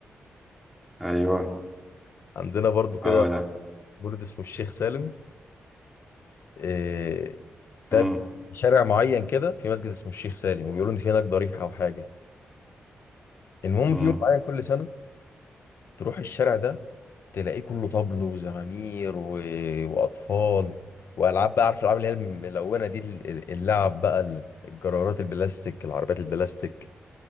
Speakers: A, in the centre; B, on the left (about 70°).
A: ايوه
B: <laughs> عندنا برضو كده
A: اه ده
B: مولد اسمه الشيخ سالم إيه،
A: امم
B: ده ب- شارع معين كده في مسجد اسمه الشيخ سالم وبيقولوا ان في هناك ضريحة او حاجة المهم
A: امم
B: في يوم معين كل سنة تروح الشارع ده تلاقيه كله طبل وزمامير و... واطفال والعاب بقى عارف الالعاب اللي هي الملونة دي ال- ال- اللعب بقى ال- الجرارات البلاستيك العربيات البلاستيك